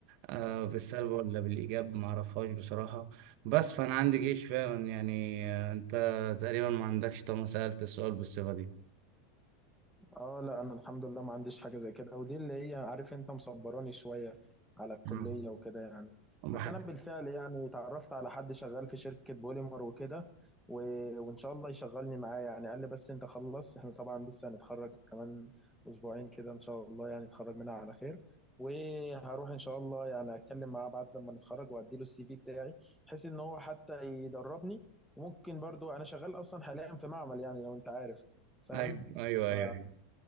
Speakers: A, on the right; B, in the centre.
A: آه بالسلب ولا بالإيجاب ما اعرفهاش بصراحة بس فأنا عندي جيش فعلا يعني آه انت تقريبا ما عندكش طالما سألت السؤال بالصيغة دي
B: اه لا انا الحمد لله ما عنديش حاجه زي كده ودي اللي هي عارف انت مصبراني شويه على الكليه
A: آه.
B: وكده يعني
A: ما
B: بس
A: حد-
B: انا بالفعل يعني اتعرفت على حد شغال في شركه بوليمر وكده و... وان شاء الله يشغلني معاه يعني قال لي بس انت خلص احنا طبعا لسه هنتخرج كمان اسبوعين كده ان شاء الله يعني نتخرج منها على خير وهروح ان شاء الله يعني اتكلم معاه بعد ما نتخرج وادي له السي في بتاعي بحيث ان هو حتى يدربني وممكن برضو انا شغال اصلا حاليا في معمل يعني لو انت عارف فاهم
A: ايوه ايوه
B: ف
A: ايوه أيوة.